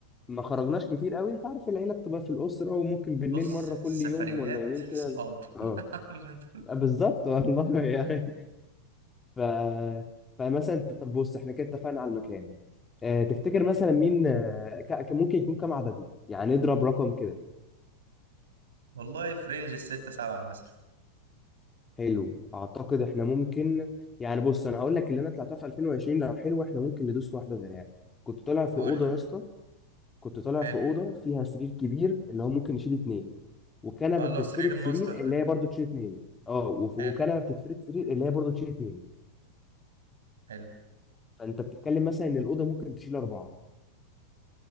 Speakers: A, on the left; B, on the right.
A: ما خرجناش كتير قوي انت عارف العيله بتبقى في الاسره وممكن بالليل
B: بص
A: مره كل
B: السفريات
A: يوم ولا يومين كده
B: صحاب
A: اه
B: <laughs> عامة.
A: آه، بالظبط والله <laughs> يعني ف فمثلا انت- طب بص احنا كده اتفقنا على المكان اه تفتكر مثلا مين آه، ك- ك- ممكن يكون كام عددنا يعني نضرب رقم كده
B: والله في رينج الستة سبعة مثلا
A: حلو اعتقد احنا ممكن يعني بص انا هقول لك اللي انا طلعتها في 2020 لو حلو احنا ممكن ندوس في واحده زيها كنت طالع في
B: قول
A: اوضه
B: لي
A: يا اسطى كنت طالع
B: حلو
A: في اوضه فيها سرير كبير اللي هو ممكن يشيل اتنين وكنبه
B: اه اللي
A: بتتفرد
B: هو سرير الماستر
A: سرير
B: ده
A: اللي هي برضه تشيل اتنين اه وف-
B: حلو
A: وكنبه بتتفرد سرير اللي هي برضه تشيل اتنين
B: حلو
A: فانت بتتكلم مثلا ان الاوضه ممكن تشيل اربعه